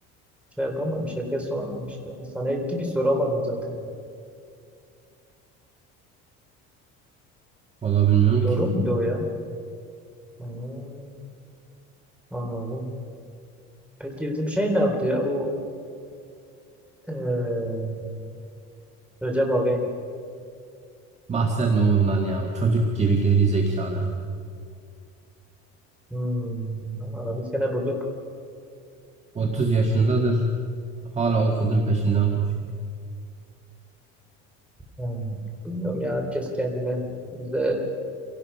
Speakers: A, in the centre; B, on the right (about 25°).
A: şey yapamadım. Şirket sonra işte Hastaneye gitti bir soramadım zaten.
B: Valla bilmiyorum
A: Doğru
B: ki.
A: muydu o ya? Ha, anladım. Peki bizim şey ne yaptı ya bu eee Recep abi?
B: Bahsetme ondan ya. Çocuk gibi geri zekalı.
A: Hmm, aramız gene bozuk.
B: 30 yaşındadır. Hala o kızın peşinden koşuyor.
A: Hmm, Bilmiyorum ya herkes kendine bize